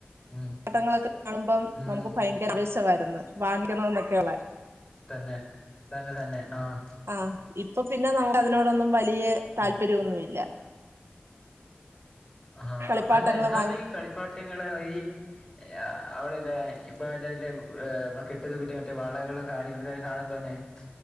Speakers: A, on the left (about 25°); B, on the right (about 80°).
A: ഉം
B: ട്ടങ്ങളൊക്ക കാണുമ്പം
A: ഉം
B: നമുക്ക് ഭയങ്കര ആവേശവായിരുന്ന് വാങ്ങിക്കണോന്നൊക്കെയൊള്ളെ
A: തന്നെ തന്നെ തന്നെ ആഹ്
B: ആഹ് ഇപ്പ പിന്നെ നമു അതിനോടൊന്നും വലിയെ താല്പര്യൊന്നുയില്ല
A: ഉം ആഹ്
B: കളിപ്പാട്ടങ്ങൾ
A: അല്ല എന്നാലും
B: വാങ്ങി
A: ഈ കളിപ്പാട്ടങ്ങള് ഈ യ അവളില്ലേ ഇപ്പൊ ഇല്ലല്ലേ കെട്ടത് കിട്ടിയ മറ്റേ വളകളും കാര്യങ്ങളും ഇത്കെകാണ്മ്പന്നേ <inaudible>